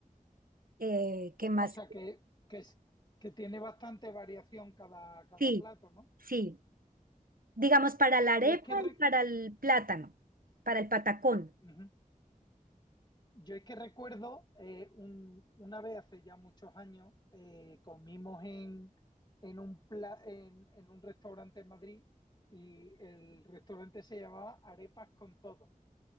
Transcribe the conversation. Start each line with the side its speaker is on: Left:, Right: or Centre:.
Right: eh, ¿qué más?
Left: O sea que, que, es- que tiene bastante variación cada, cada
Right: Sí,
Left: plato, ¿no?
Right: sí, digamos para la arepa
Left: Yo es que, re-
Right: y para el plátano, para el patacón.
Left: Ujú. Yo es que recuerdo eh, un- una vez hace ya muchos años, eh, comimos en, en, un pla- en, en un restaurante en Madrid y el restaurante se llamaba Arepas con Todo.